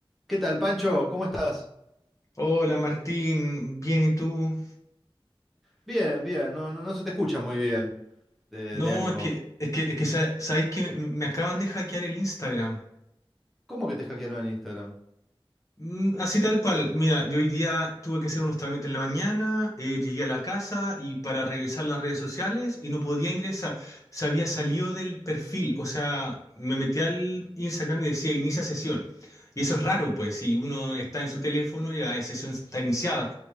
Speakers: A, in the centre; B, on the left.
A: ¿Qué tal, Pancho? ¿Cómo estás?
B: Hola Martín, bien, ¿y tú?
A: Bien, bien, no, no, no se te escucha muy bien de,
B: No,
A: de ánimo.
B: es que, es que, es que sa- sabéis que me, me acaban de hackear el Instagram.
A: ¿Cómo que te hackearon en Instagram?
B: Mm, Así tal cual. Mira, yo hoy día tuve que hacer unos trámites en la mañana, eh, llegué a la casa y para revisar las redes sociales y no podía ingresar. Se había salido del perfil, o sea, me metí al Instagram y decía inicia sesión. Y eso es raro, pues, si uno está en su teléfono y la sesión está iniciada.